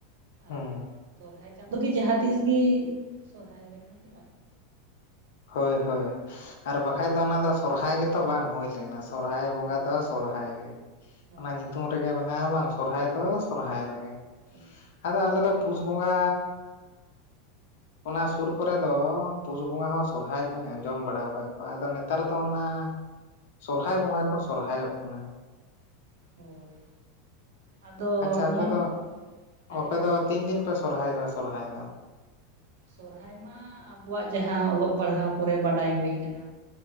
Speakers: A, on the left; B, on the right.
A: ᱦᱩᱸ
B: ᱟᱨ ᱥᱚᱨᱦᱟᱭ ᱪᱟᱸᱫᱚ ᱜᱮ ᱡᱟᱦᱟᱸ ᱛᱤᱥ ᱜᱮ ᱥᱚᱨᱦᱟᱭ ᱨᱮᱠᱷᱟᱱ ᱜᱮ ᱱᱟᱯᱟᱭᱚᱜ
A: ᱦᱳᱭ ᱦᱳᱭ ᱟᱨ ᱵᱟᱠᱷᱟᱡ ᱫᱚ ᱚᱱᱟ ᱫᱚ ᱥᱚᱨᱦᱟᱭ ᱜᱮᱛᱚ ᱵᱟᱝ ᱦᱩᱭ ᱞᱮᱱᱟ ᱥᱮ ᱥᱚᱨᱦᱟᱭ ᱵᱚᱸᱜᱟ
B: ᱦᱳᱭ
A: ᱫᱚ ᱥᱚᱨᱦᱟᱭ ᱜᱮ
B: ᱦᱳᱭ
A: ᱚᱱᱟ ᱧᱩᱛᱩᱢ ᱨᱮᱜᱮ ᱢᱮᱱᱟᱜᱼᱟ ᱵᱟᱝ ᱥᱚᱨᱦᱟᱭ ᱫᱚ ᱥᱚᱨᱦᱟᱭ ᱨᱮᱜᱮ
B: ᱦᱮᱸ <unintelligible>
A: ᱟᱫᱚ ᱟᱞᱮ ᱫᱚ ᱯᱩᱥ ᱵᱚᱸᱜᱟ ᱚᱱᱟ ᱥᱩᱨ ᱠᱚᱨᱮ ᱫᱚ ᱯᱩᱥ ᱵᱚᱸᱜᱟ ᱦᱚᱸ ᱥᱚᱨᱦᱟᱭ ᱠᱚᱧ ᱟᱸᱡᱚᱢ ᱵᱟᱲᱟ ᱟᱠᱟᱫ ᱠᱚᱣᱟ ᱟᱫᱚ ᱱᱮᱛᱟᱨ ᱫᱚ ᱚᱱᱟ ᱥᱚᱨᱦᱟᱭ ᱵᱚᱸᱜᱟ ᱠᱚ ᱥᱚᱨᱦᱟᱭᱚᱜ ᱠᱟᱱᱟ
B: ᱦᱳᱭ ᱟᱫᱚ
A: ᱟᱪᱪᱷᱟ ᱟᱯᱮ
B: ᱢᱚᱱ
A: ᱫᱚ
B: ᱦᱮᱸ
A: ᱟᱯᱮ
B: ᱞᱟᱹᱭ ᱢᱮ
A: ᱫᱚ ᱛᱤᱱ ᱫᱤᱱ ᱯᱮ ᱥᱚᱨᱦᱟᱭᱚᱜᱼᱟ ᱥᱚᱨᱦᱟᱭ ᱫᱚ
B: ᱥᱚᱨᱦᱟᱭ ᱢᱟ ᱟᱵᱚᱣᱟᱜ ᱡᱟᱦᱟᱸ ᱚᱞᱚᱜ ᱯᱟᱲᱦᱟᱣ ᱠᱚᱨᱮ ᱵᱟᱰᱟᱭ ᱦᱩᱭ ᱠᱟᱱᱟ